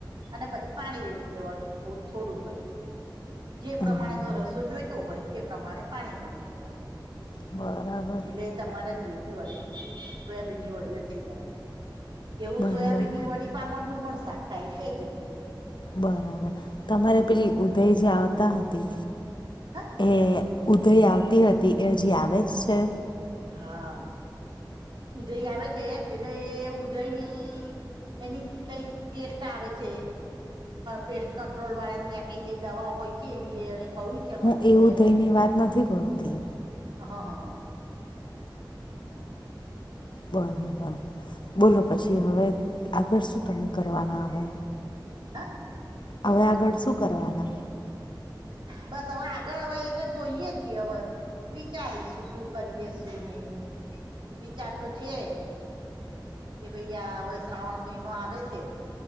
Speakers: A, on the right; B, on the left.
A: અને પછી પાણી રેડી દેવાનું થોડુંક જ. જે
B: હમ
A: પ્રમાણે એનો રસો જોઈતો હોય એ પ્રમાણે પાણી વેડી દેવાનું.
B: બરાબર.
A: એટલે તમારા ગ્રેવી વાળી સોયાબીન ની વડીઓ થઈ જાય. એવું
B: બરાબર
A: સોયાબીનની વડી પાપડનું પણ શાક થાય એજ રીતે.
B: બરાબર. તમારે પેલી ઉધઈ જે આવતા હતી
A: હ
B: એ ઉધઈ આવતી હતી એ હજી આવે જ છે?
A: હા, ઉધઈ આવે છે એટલે ઉધઈની એની કઈ પેસ્ટ આવે છે. પેસ્ટ કંટ્રોલ વાળા ને ત્યાં કઈ એ દવાઓ હોય છે એવી એને કહ્યું છે
B: હું
A: મને એટલે
B: એવું
A: અમે
B: થઈની વાત નથી કરતી.
A: હા હા હા. ઓકે.
B: બરાબર બોલો પછી હવે આગળ શું તમે કરવાના હવે?
A: હા
B: હવે આગળ શું કરવાના?
A: બસ હવે આગળ હવે એ તો જોઈએ છીએ હવે. વિચારીશું શું કરીએ, શું નહીએ વિચાર તો છે. કે ભાઈ હવે શ્રાવણ મહિનો આવે છે